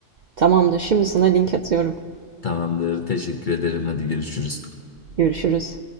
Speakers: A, on the right; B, on the left.
A: Tamamdır. Şimdi sana link atıyorum.
B: Tamamdır teşekkür ederim hadi görüşürüz.
A: Görüşürüz.